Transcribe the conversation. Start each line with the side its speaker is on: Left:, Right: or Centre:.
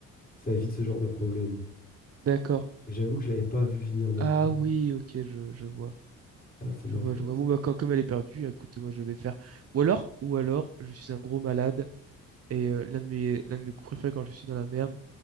Left: Ça évite ce genre de problème.
Right: D'accord.
Left: J'avoue que je l'avais pas vu venir non
Right: Ah
Left: plus.
Right: oui, ok, je, je vois.
Left: Ah, c'est
Right: Je
Left: ma
Right: vois,
Left: faute.
Right: je vois. Bon, bah, quand- comme elle est perdue, écoute, moi, je vais faire. Ou alors, ou alors, je suis un gros malade et euh, l'un de mes, l'un de mes coups préférés quand je suis dans la merde,